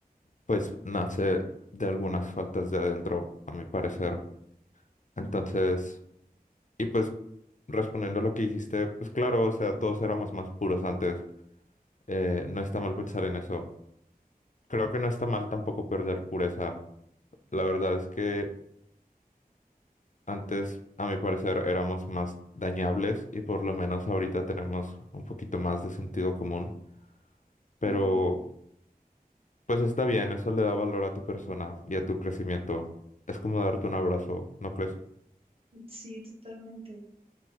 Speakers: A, on the left; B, on the right.
A: pues nace de algunas faltas de adentro, a mi parecer. Entonces... Y pues respondiendo a lo que dijiste, pues claro, o sea, todos éramos más puros antes. Eh, no está mal pensar en eso. Creo que no está mal tampoco perder pureza. La verdad es que antes, a mi parecer, éramos más dañables y por lo menos ahorita tenemos un poquito más de sentido común. Pero
B: Ujú.
A: pues está bien, eso le da valor a tu persona y a tu crecimiento. Es como darte un abrazo, ¿no crees?
B: Sí, totalmente.